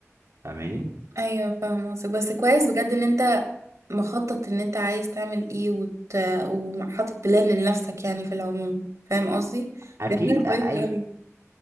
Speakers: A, on the right (about 65°); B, on the right (about 80°).
A: فاهماني
B: ايوه فاهمه قصدك بس كويس بجد ان انت مخطط ان انت عايز تعمل ايه وت... وحاطط بلان لنفسك يعني في العموم فاهم قصدي
A: اكيد
B: ده حاجة كويسة
A: أ- اي
B: أوي